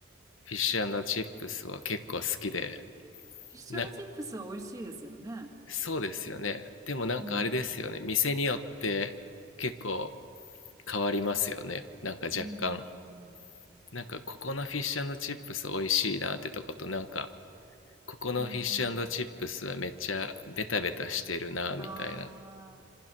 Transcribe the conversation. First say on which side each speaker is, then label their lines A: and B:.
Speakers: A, on the left; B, on the right.
A: フィッシュチップスは結構好きで、
B: ィッシュチップスは美味しいですよね。
A: な、そうですよね。でもなんかあれですよね。
B: うん。
A: 店によって結構変わりますよね。なんか若干。
B: うんうんうん。
A: なんかここのフィッシュチップス美味しいなってとことなんかここのフィッシュチップスはめっちゃベタベタしてるなみたいな、
B: うんうんうん。ああ、